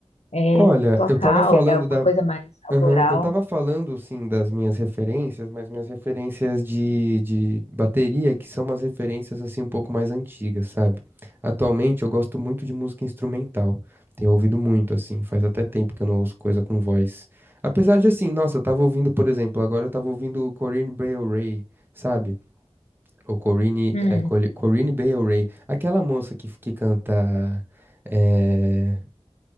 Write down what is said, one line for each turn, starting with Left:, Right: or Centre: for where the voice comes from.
Left: é,
Right: Olha,
Left: tocar?
Right: eu tava falando
Left: Ou é alguma
Right: da
Left: coisa mais
Right: Aham,
Left: autoral?
Right: Eu tava falando, sim, das minhas referências, mas minhas referências de, de bateria, que são umas referências, assim, um pouco mais antigas, sabe? Atualmente eu gosto muito de música instrumental, tenho ouvido muito, assim, faz até tempo que eu não ouço coisa com voz. Apesar de, assim, nossa, eu tava ouvindo, por exemplo, agora eu tava ouvindo o Corinne Bailey Rae, sabe? Ou Corinne,
Left: Hum.
Right: é, Coli- Corinne Bailey Rae, aquela moça que, que canta... é,